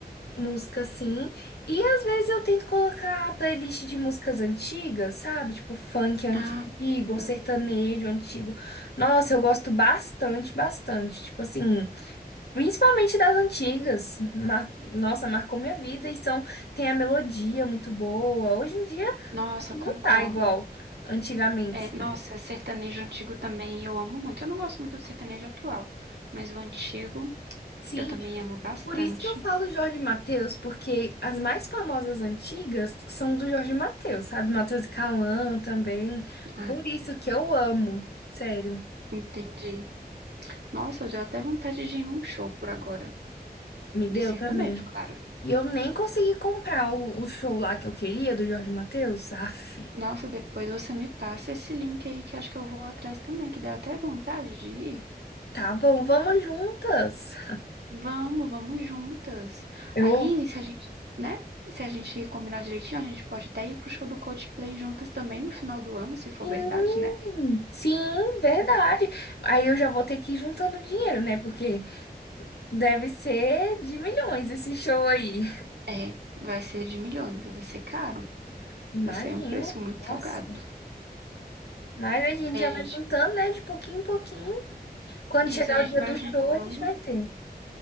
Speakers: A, on the left (about 75°); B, on the right (about 85°).
A: música assim. E às vezes eu tento colocar playlist de músicas antigas, sabe? Tipo funk antigo,
B: Ah, entendo.
A: sertanejo antigo. Nossa, eu gosto bastante, bastante. Tipo assim. Principalmente das antigas. Mar- Nossa, marcou minha vida e são... tem a melodia muito boa. Hoje em dia
B: Nossa,
A: que
B: concordo.
A: não tá igual antigamente.
B: É, nossa, sertanejo antigo também eu amo muito. Eu não gosto muito do sertanejo atual, mas o antigo
A: Sim,
B: eu também amo bastante.
A: por isso que eu falo Jorge Mateus, porque as mais famosas antigas são do Jorge Mateus, sabe? Mateus e Cauã também.
B: Ah,
A: Por isso que eu amo, sério.
B: entendi. Nossa, deu até vontade de ir num show por agora.
A: Me deu
B: De sertanejo,
A: também.
B: claro.
A: E eu nem consegui comprar o, o show lá que eu queria do Jorge Mateus. Aff.
B: Nossa, depois você me passa esse link aí que acho que eu vou atrás também, que deu até vontade de ir.
A: Tá bom, vamos juntas.
B: Vamos, vamos juntas.
A: Eu
B: Aí, se a gente, né? Se a gente combinar direitinho, a gente pode até ir pro show do Coldplay juntas também no final do ano, se for
A: Sim,
B: verdade, né?
A: sim, verdade. Aí eu já vou ter que ir juntando dinheiro, né? Porque deve ser de milhões esse show aí.
B: É, vai ser de milhões, vai ser caro,
A: Imagino.
B: vai ser um preço muito salgado.
A: Nossa. Mas a gente
B: Aí
A: já
B: a gente,
A: vai juntando, né? De pouquinho em pouquinho. Quando
B: isso,
A: chegar
B: a gente
A: o dia
B: vai
A: do
B: juntando.
A: show, a gente vai ter.